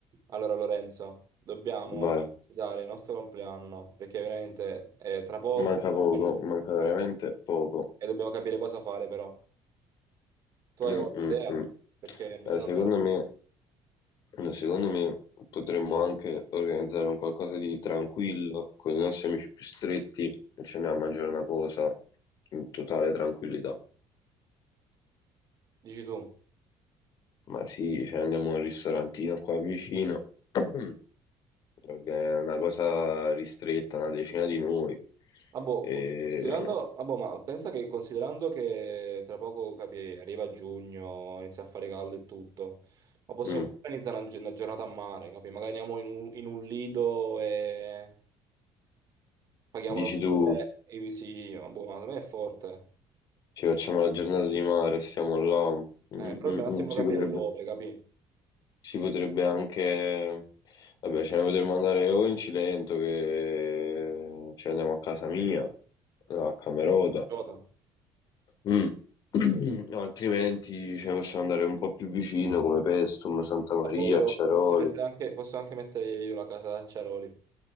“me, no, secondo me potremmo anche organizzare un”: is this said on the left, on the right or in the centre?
Left